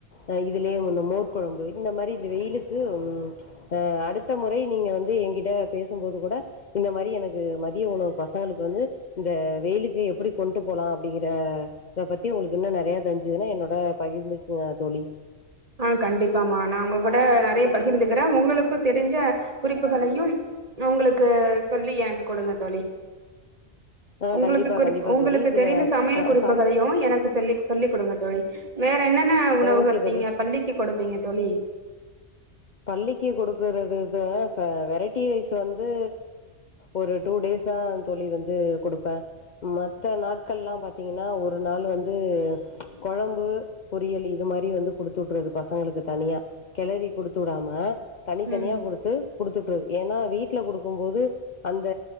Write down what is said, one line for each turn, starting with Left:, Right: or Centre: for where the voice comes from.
Left: அ இதுலே ஒன்னு மோர் கொழம்பு இந்த மாரி வெயிலுக்கு அ அடுத்த முறை நீங்க வந்து எங்கிட்ட பேசும்போது கூட இந்த மாரி எனக்கு மதிய உணவு பசங்களுக்கு வந்து இந்த வெயிலுக்கு எப்பிடி கொண்ட்டு போலா அப்டிங்கிற இத பத்தி உங்ளுக் இன்னு நெறைய தெரிஞ் சிதுனா என்னோட பகிர்ந்துக்குங்க தோழி
Right: ஆ கண்டிப்பாமா நா உங்க கூட நறையா பகிர்ந்துக்கிறே உங்களுக்கு தெரிஞ்ச குறிப்புகளையும் நா உங்களுக்கு சொல்லி என்க்கு குடுங்க தோழி
Left: ஆ
Right: உங்களுக்கு
Left: கண்டிப்பா
Right: குறி
Left: கண்டிப்பா
Right: உங்களுக்கு
Left: தோழி சில
Right: தெரிந்த சமையல்
Left: அ
Right: குறிப்புகளையு
Left: சம்
Right: எனக்கு சொல்லி சொல்லி் குடுங்க தோழி வேற என்னென்ன உணவுகள்
Left: ஓகே தோழி
Right: நீங்க பள்ளிக்கு கொடுப்பீங்க தோழி
Left: பள்ளிக்கு குடுக்கறது தோ இப்ப வெரைட்டி ரைஸ் வந்து ஒரு டூ டேஸ் தா தோழி வந்து குடுப்பே மத்த நாட்கள்லா பாத்தீங்கன்னா ஒரு நாள் வந்து கொழம்பு பொரியல் இது மாரி வந்து குடுத்துவுட்றது பசங்களுக்கு தனியா கெளறி குடுத்து வுடாம தனித்தனியா
Right: ம்
Left: குடுத்து குடுத்துட்றது ஏனா வீட்ல குடுக்கும்போது அந்த